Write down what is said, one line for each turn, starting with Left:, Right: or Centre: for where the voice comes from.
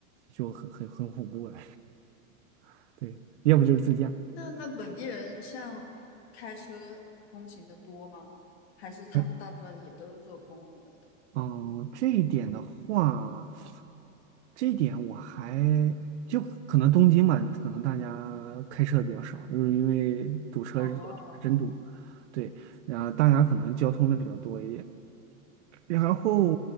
Right: 就很很很恐怖了。<laughs> 对，要不就是自驾。
Left: 那那本地人像开车通勤的多吗？还是他们大部分也都是坐公共交通？
Right: 哎嗯，这一点的话，这一点我还就可能东京嘛，可能大家开车的比较少，就是因为堵车是真堵，
Left: 哦，
Right: 对，然后大家可能交通的比较多一点，然后